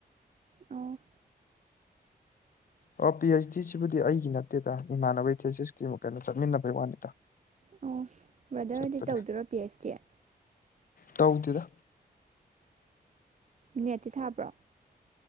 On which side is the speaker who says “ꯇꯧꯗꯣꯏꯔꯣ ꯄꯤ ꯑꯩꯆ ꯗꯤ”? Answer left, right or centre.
Right